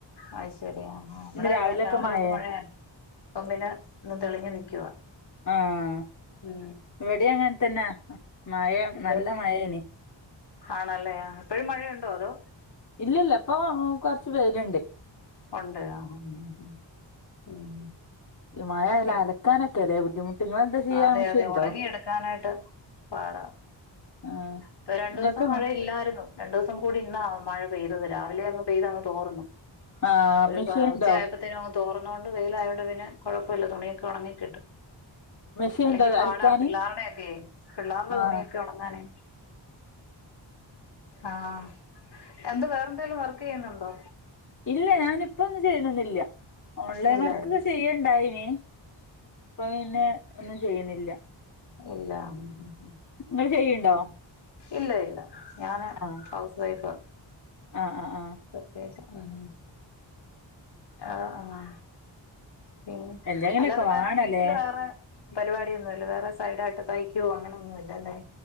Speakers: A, on the left; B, on the left.
A: അത് ശരിയ അവിടെ
B: രാവിലെയൊക്കെ
A: അത് രാവിലെ
B: മഴയാ
A: തൊട്ട് മഴയ ഇപ്പം പിന്നെ ഒന്ന് തെളിഞ്ഞു നിൽക്കുവ
B: ആഹ്
A: ഉം
B: ഇവിടെ അങ്ങനെ തന്നെ മഴ
A: എന്തോ
B: നല്ല മഴേനി
A: ആണല്ലേ ഇപ്പഴും മഴയുണ്ടോ അതോ
B: ഇല്ല ഇല്ല ഇപ്പൊ കൊറച്ച് വെയിലിണ്ട്
A: ഒണ്ട് ആഹ് ആഹ് ഉം
B: മയാല്
A: പി
B: അലക്കാനൊക്കെല്ലേ ബുദ്ധിമുട്ട് ഇങ്ങളെന്താ ചെയ്യാ
A: അതെ
B: മിഷീൻണ്ടോ
A: അതെ ഉണങ്ങി എടുക്കാനായിട്ട് പാടാ
B: ആഹ്
A: ഇപ്പൊ രണ്ടുസം
B: ഇങ്ങക്ക്
A: മഴ ഇല്ലായിരുന്നു രണ്ടൂസം കൂടി ഇന്നാ മഴ പെയ്തത് രാവിലെ അങ്ങ് പെയ്ത് അങ്ങ് തോർന്നു
B: ആഹ്
A: ഒരു
B: മിഷീൻണ്ടോ
A: ഉച്ചയായപ്പ ത്തേന് തോർന്നോണ്ട് വെയിലായോണ്ട് പിന്നെ കുഴപ്പമില്ല തുണിയൊക്കെ ഉണങ്ങി കിട്ടും
B: മെഷീൻണ്ടോ
A: അല്ലെങ്കീ പാടാ
B: അൽക്കാന്
A: പിള്ളേരുടെക്കേ പിള്ളേരുടെ
B: ആഹ്
A: തുണിയൊക്കെ ഉണങ്ങാനേ ആഹ് എന്ത് വേറെന്തെലും വർക്ക് ചെയ്യുന്നുണ്ടോ
B: ഇല്ല ഞാനിപ്പൊന്നും ചെയ്യണൊന്നില്ല ഓൺലൈൻ
A: ഇല്ല
B: വർക്ക്
A: ഇല്ല
B: ഒക്കെ ചെയ്യാണ്ടായിനി ഇപ്പൊ പിന്നെ ഒന്നും ചെയ്യുന്നില്ല
A: ഇല്ലാ ഉം ഉം
B: ഇങ്ങള് ചെയ്യ്ണ്ടോ
A: ഉം ഇല്ല ഇല്ല ഞാന്
B: ആഹ്
A: ഹൗസ് വൈഫാ
B: ആഹ് ആഹ് ആഹ്
A: പ്രത്യേകിച്ച് ഉം ആഹ് ആഹ് പിന്ന
B: എന്തെങ്കിലൊക്കെ
A: അല്ലാതെ
B: വാണല്ലേ
A: വേറെ വീട്ടില് വേറെ പരിപാടിയൊന്നുല്ല വേറെ സൈഡായിട്ട് തയ്ക്കുവോ അങ്ങനെയൊന്നുല്ലല്ലേ